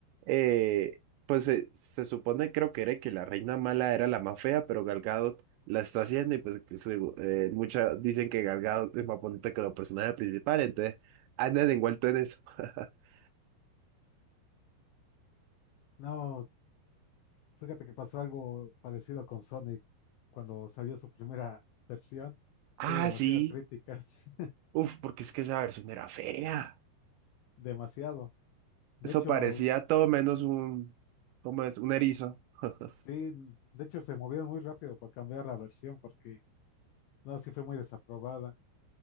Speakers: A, on the right (about 80°); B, on the left (about 85°).
A: Eh, pues se, se supone, creo que era que la reina mala era la más fea, pero Gal Gadot la está haciendo, y pues, que su- eh, muchas dicen que Gal Gadot es más bonita que los personajes principales, entonces andan envueltos en eso. <laughs>
B: no. Fíjate que pasó algo parecido con Sonic cuando salió su primera versión.
A: Ah,
B: Tuvo demasiadas
A: sí.
B: críticas, <laughs>
A: Uf, porque es que esa versión era fea.
B: demasiado. De
A: Eso
B: hecho,
A: parecía todo menos un, ¿cómo es? Un erizo. <laughs>
B: sí, de hecho se movieron muy rápido para cambiar la versión porque no, sí fue muy desaprobada.